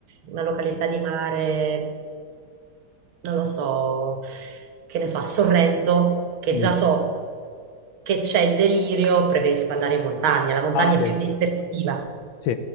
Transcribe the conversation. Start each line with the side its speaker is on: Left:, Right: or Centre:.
Right: una località di mare, non lo so, che ne so, a Sorrento, che
Left: Mm.
Right: già so che c'è il delirio, preferisco andare in montagna. La montagna
Left: Ah, beh,
Right: è più
Left: sì.
Right: dispersiva.
Left: Sì.